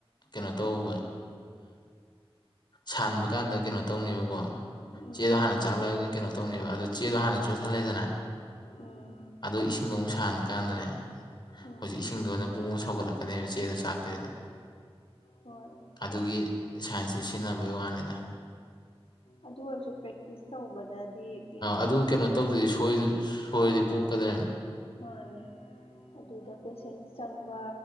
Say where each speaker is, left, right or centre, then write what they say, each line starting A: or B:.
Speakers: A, on the left; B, on the left.
A: ꯀꯩꯅꯣ ꯇꯧꯕ ꯁꯥꯟꯕ ꯀꯥꯟꯗ ꯀꯩꯅꯣ ꯇꯧꯅꯦꯕꯀꯣ
B: ꯎꯝ
A: ꯆꯦꯗꯣ ꯍꯥꯟꯅ ꯆꯥꯛꯂꯛꯑꯒ ꯀꯩꯅꯣ ꯇꯧꯅꯦꯕ ꯑꯗꯣ ꯆꯦꯗꯣ ꯍꯥꯟꯅ ꯆꯣꯠꯊꯜꯂꯦꯗꯅ
B: ꯎꯝ
A: ꯑꯗꯣ ꯏꯁꯤꯡꯗꯣ ꯑꯃꯨꯛ ꯁꯥꯍꯟ ꯀꯥꯟꯗꯅꯦ
B: ꯎꯝ
A: ꯍꯧꯖꯤꯛ ꯏꯁꯤꯡꯗꯣꯅꯕꯨꯨꯡ ꯑꯃ ꯁꯧꯒꯠꯂꯛꯀꯅꯦꯕ ꯆꯦꯗꯣ ꯆꯥꯛꯇꯔꯤꯗ
B: ꯍꯣꯏ
A: ꯑꯗꯨꯒꯤ ꯁꯥꯏꯟꯁꯇꯨ ꯁꯤꯖꯤꯟꯅꯕꯩ ꯋꯥꯅꯤꯗ
B: ꯑꯗꯨ ꯑꯣꯏꯔꯁꯨ ꯄ꯭ꯔꯦꯛꯇꯤꯁ ꯇꯧꯕꯗꯗꯤ ꯌꯦꯡꯉꯣ
A: ꯑꯗꯨ ꯀꯩꯅꯣ ꯇꯧꯗ꯭ꯔꯗꯤ ꯁꯣꯏꯔꯗꯤ ꯄꯣꯛꯀꯗꯕꯅꯤ
B: ꯃꯥꯅꯦ ꯑꯗꯨꯗ ꯄꯦꯁꯦꯟꯁ ꯆꯪꯕ